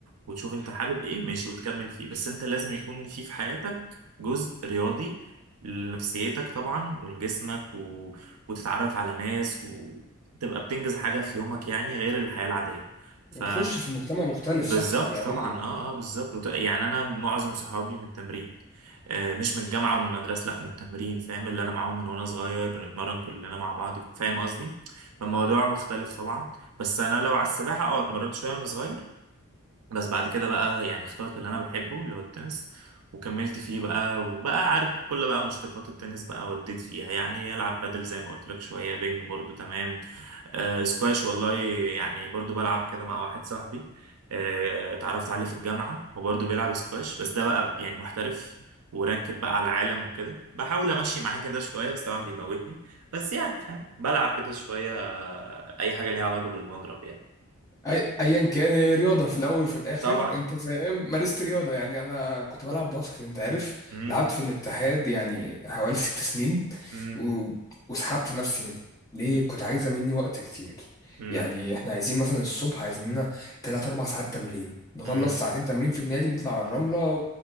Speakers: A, on the right (about 85°); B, on the left (about 15°).
A: وتشوف أنت حابب إيه ماشي وتكمل فيه بس أنت لازم يكون في في حياتك جزء رياضي لنفسيتك طبعا ولجسمك و... وتتعرف على ناس وتبقى بتنجز حاجة في يومك يعني غير الحياة العادية ف
B: وتخش في المجتمع مختلف
A: بالظبط
B: صح يعني
A: طبعا اه اه بالظبط وت... يعني أنا معظم صحابي من التمرين آه، مش من الجامعة ومن المدرسة لا من التمرين فاهم اللي أنا معاهم من وأنا صغير بنتمرن كلنا مع بعض فاهم قصدي فالموضوع مختلف طبعا بس أنا لو على السباحة أه اتمرنت شوية وأنا صغير بس بعد كده بقى يعني اخترت اللي أنا بحبه اللي هو التنس وكملت فيه بقى وبقى عارف كل بقى مشتقات التنس بقى وديت فيها يعني ألعب بادل زي ما قلت لك شوية بينج برضو تمام آه سكواش والله يعني برضو بلعب كده مع واحد صاحبي آه اتعرفت عليه في الجامعة هو برضو بيلعب سكواش بس ده بقى يعني محترف ورانكد بقى على العالم وكده بحاول امشي معاه كده شوية بس طبعا بيموتني بس يعني فاهم بلعب كده شوية آه، اي حاجة ليها علاقة بالمضرب يعني
B: أي- ايا كان هي رياضه في الاول وفي الاخر
A: طبعا
B: انت فاهم مارست رياضه يعني انا كنت بلعب باسكت انت عارف
A: امم
B: لعبت في الاتحاد يعني حوالي ست سنين
A: امم
B: و... وسحبت نفسي منه ليه كنت عايزه مني وقت كتير
A: امم
B: يعني احنا عايزين مثلا الصبح عايزين لنا 3 4 ساعات تمرين نخلص
A: امم
B: ساعتين تمرين في النادي نطلع على الرمله